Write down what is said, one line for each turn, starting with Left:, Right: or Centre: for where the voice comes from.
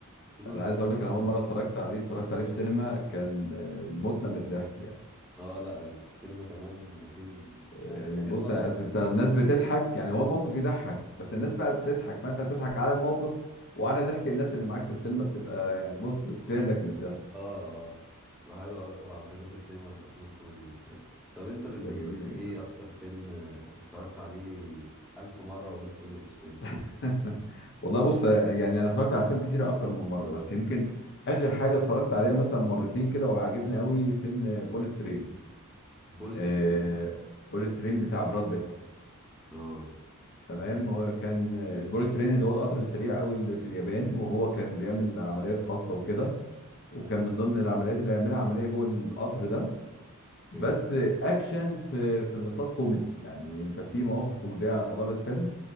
Centre: فيلم
Left: انا
Centre: ما
Left: عايز
Centre: بيتنسيش.
Left: اقول لك انا اول مرة اتفرجت عليه اتفرجت عليه في سينما كان آه، متنا من الضحك يعني
Centre: اه لا في السينما كمان اكيد
Left: يعني
Centre: يعني
Left: بص
Centre: اتفرج
Left: أصل
Centre: عليه في السينما
Left: انت الناس بتضحك يعني هو الموقف يضحك بس الناس بقى بتضحك فانت بتضحك على الموقف وعلى ضحك الناس اللي معاك في السينما بتبقى يعني بص بتهلك من الضحك
Centre: اه اه حلو قوي الصراحه تجربه السينما في الافلام الكوميدي بالذات طب انت بالنسبه
Left: بتبقى جميله
Centre: لك
Left: جدا
Centre: ايه اكتر فيلم آه، اتفرجت عليه الف مره ولسه ما زهقتش منه
Left: <laughs> والله بص يعني انا اتفرجت على افلام كتيره اكتر من مره بس يمكن اخر حاجه اتفرجت عليها مثلا مرتين كده وعجبني قوي فيلم بوليت ترين
Centre: بوليت
Left: آه
Centre: ترين
Left: بوليت ترين بتاع براد بيت
Centre: اه
Left: تمام هو كان البوليت ترين اللي هو القطر السريع قوي اللي في اليابان وهو كان بيعمل عمليات خاصه وكده وكان من ضمن العمليات اللي هيعملها عمليه جوه القطر ده
Centre: اوكي
Left: بس اكشن في في نطاق كوميدي يعني انت في مواقف كوميديه على مدار الفيلم